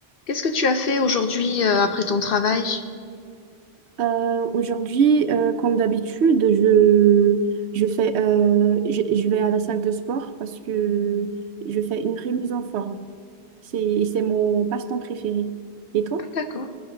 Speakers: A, on the left (about 60°); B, on the right (about 80°).
A: Qu'est-ce que tu as fait aujourd'hui euh, après ton travail?
B: Euh, aujourd'hui, euh, comme d'habitude, je, je fais, euh, je, je vais à la salle de sport parce que je fais une remise en forme. C'est, c'est mon passe-temps préféré. Et toi?
A: Ah, d'accord.